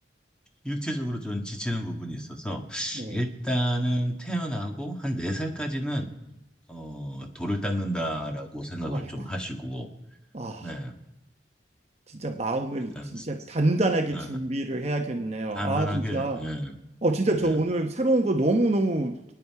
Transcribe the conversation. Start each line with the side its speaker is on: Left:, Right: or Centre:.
Centre: 육체적으로 좀 지치는 부분이 있어서,
Right: 네.
Centre: 일단은 태어나고 한 네살까지는 어, 돌을 닦는다라고 생각을
Right: 아이고,
Centre: 좀 하시고,
Right: 아,
Centre: 네.
Right: 진짜 마음을
Centre: 일단,
Right: 진짜 단단하게
Centre: 네.
Right: 준비를 해야겠네요.
Centre: 단단하게,
Right: 아, 진짜.
Centre: 예.
Right: 어, 진짜
Centre: 네.
Right: 저 오늘 새로운 거 너무너무